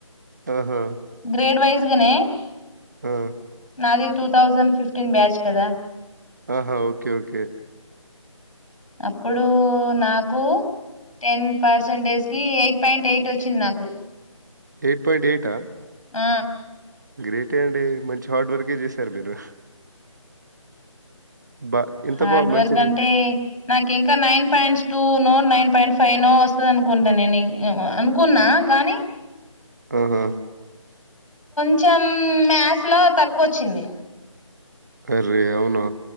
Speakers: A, on the right; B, on the left.
A: ఆహా
B: గ్రేడ్ వైజ్ గనే
A: ఆ,
B: నాది టూ థౌజండ్ ఫిఫ్టీన్ బ్యాచ్ కదా
A: ఆహా ఓకే ఓకే
B: అప్పుడూ నాకూ టెన్ పర్సెంటేజ్ కి ఎయిట్ పాయింట్ ఎయిట్ వచ్చింది నాకు
A: ఎయిట్ పాయింట్ ఎయిటా
B: ఆ...
A: గ్రేటే అండి మంచి హార్డ్ వర్కే చేశారు మీరు బా ఇంత
B: హార్డ్
A: బా
B: వర్క్
A: మంచి
B: అంటే నాకు ఇంకా nine points two no nine point five no వస్తుంది అనుకుంటా నేను అనుకున్నా గాని
A: ఆహా
B: కొంచెం మ్యాథ్స్ లో తక్కువ వచ్చింది
A: అర్రే అవునా